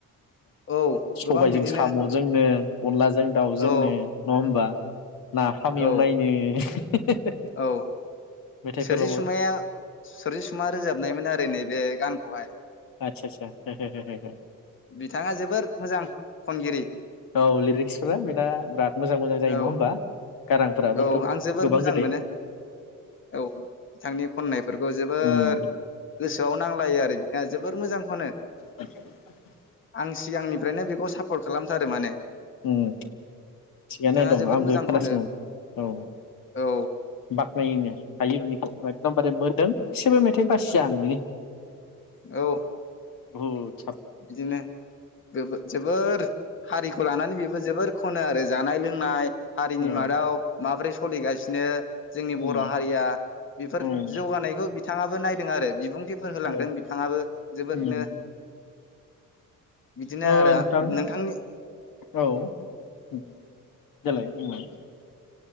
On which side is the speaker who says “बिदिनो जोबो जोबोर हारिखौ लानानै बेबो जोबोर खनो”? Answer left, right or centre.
Left